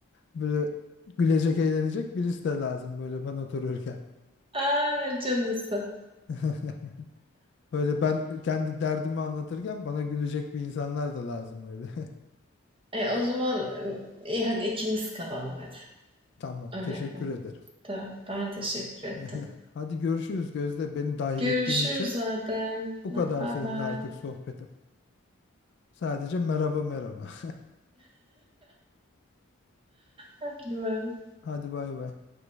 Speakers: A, on the left (about 55°); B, on the right (about 25°).
A: Böyle gülecek, eğlenecek birisi de lazım böyle ben otururken.
B: Ay, canısı.
A: <laughs> Böyle ben kendi derdimi anlatırken bana gülecek bir insanlar da lazım öyle.
B: E, o zaman iyi hadi ikimiz kalalım hadi.
A: <laughs> Tamam,
B: Öyle
A: teşekkür
B: yapalım.
A: ederim.
B: Tamam. Ben teşekkür ettim.
A: <laughs> Hadi görüşürüz Gözde. Beni dahil
B: Görüşürüz
A: ettiğin için
B: Adem.
A: bu kadar
B: Hadi baybay.
A: seninle artık sohbetim. Sadece merhaba merhaba.
B: Hadi baybay.
A: <laughs> Hadi bay bay.